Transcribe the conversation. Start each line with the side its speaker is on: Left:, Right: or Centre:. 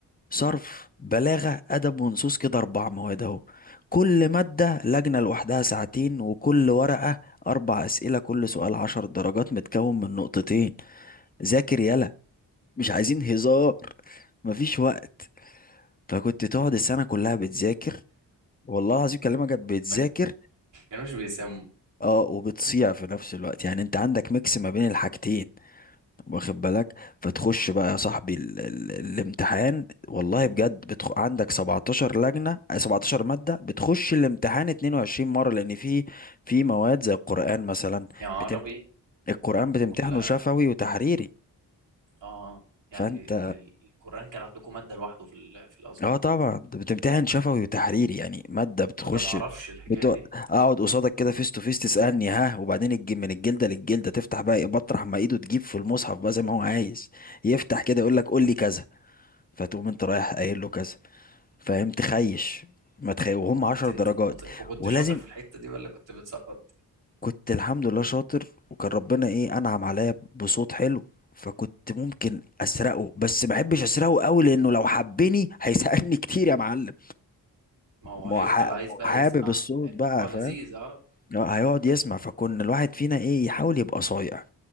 Left: صرف بلاغة أدب ونصوص كده أربع مواد أهو كل مادة لجنة لوحدها ساعتين وكل ورقة أربع أسئلة كل سؤال عشر درجات متكون من نقطتين ذاكر يلا مش عايزين هزار مفيش وقت فكنت تقعد السنة كلها بتذاكر والله العظيم كلمة كانت بتذاكر
Right: ما كانوش بيسموا
Left: اه وبتصيع في نفس الوقت يعني انت عندك ميكس ما بين الحاجتين واخد بالك فتخش بقى يا صاحبي ال ال الامتحان والله بجد بتخ... عندك 17 لجنة آه، 17 مادة بتخش الامتحان 22 مرة لان في في مواد زي القرآن مثلا
Right: يا عربي
Left: بتمت... القرآن بتمتحنه
Right: ولا
Left: شفوي وتحريري
Right: اه يعني
Left: فانت
Right: ال ال القرآن كان عندكم مادة لوحده في ال في الأزهر
Left: اه طبعا انت بتمتحن شفوي وتحريري يعني مادة بتخش
Right: تصدق ما اعرفش الحكاية
Left: بتو...
Right: دي
Left: اقعد قصادك كده فيس تو فيس تسألني ها وبعدين الج... من الجلدة للجلدة تفتح بقى إيه، بطرح ما ايده تجيب في المصحف بقى زي ما هو عايز يفتح كده يقول لك قول
Right: مم.
Left: لي كذا فتقوم انت رايح قايل له كذا فاهم تخيش ما تخيش وهم عشر
Right: كنت انت
Left: درجات
Right: شاطر وكنت
Left: ولازم
Right: شاطر في الحتة دي ولا كنت بتسقط
Left: كنت الحمد لله شاطر وكان ربنا ايه انعم عليا بصوت حلو فكنت ممكن اسرقه بس ما احبش اسرقه قوي لانه لو حبني هيسألني كتير يا معلم
Right: ما هو
Left: ما
Right: هيفضل
Left: هو ح- ما
Right: عايز
Left: هو
Right: بقى
Left: حابب
Right: يسمع
Left: الصوت
Right: الموضوع
Left: بقى
Right: لذيذ
Left: فاهم
Right: اه
Left: آه، هيقعد يسمع فكنا الواحد فينا ايه يحاول يبقى صايع